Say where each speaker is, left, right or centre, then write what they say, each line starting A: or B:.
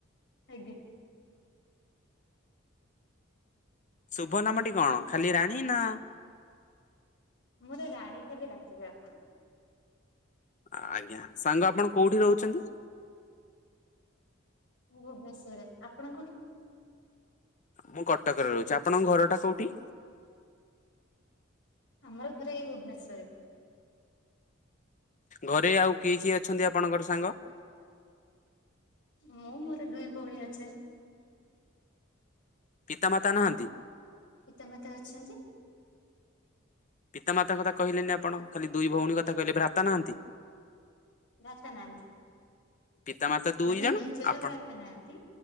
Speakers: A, on the left; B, on the left.
A: ଆଜ୍ଞା,
B: ଶୁଭ ନାମଟି କଣ ଖାଲି ରାଣୀ ନା?
A: ମୁଁରେ ରାଣୀ ଖାଲି ଡାକିବେ ଆପଣ।
B: ଆଜ୍ଞା, ସାଙ୍ଗ ଆପଣ କୋଉଠି ରହୁଛନ୍ତି?
A: ଭୁବନେଶ୍ଵରରେ। ଆପଣ କୋଉଠି?
B: ମୁଁ କଟକରେ ରହୁଛି। ଆପଣଙ୍କ ଘର ଟା କୋଉଠି?
A: ଆମର ପୁରା ଏଇ ଭୁବନେଶ୍ଵରରେ।
B: ଘରେ ଆଉ କିଏ କିଏ ଅଛନ୍ତି ଆପଣଙ୍କର ସାଙ୍ଗ?
A: ମୁଁ ମୋର ଦୁଇ ଭଉଣୀ ଅଛନ୍ତି।
B: ପିତାମାତା ନାହାଁନ୍ତି।
A: ପିତା ମାତା ଅଛନ୍ତି।
B: ପିତାମାତାଙ୍କ କଥା କହିଲେନି ଆପଣ! ଖାଲି ଦୁଇ ଭଉଣୀ କଥା କହିଲେ, ଭ୍ରାତା ନାହାଁନ୍ତି।
A: ଭ୍ରାତା ନାହାଁନ୍ତି।
B: ପିତାମାତା ଦୁଇ
A: ମାନେ
B: ଜଣ
A: ନିଜର
B: ଆପଣ
A: ଭ୍ରତା ନାହାଁନ୍ତି।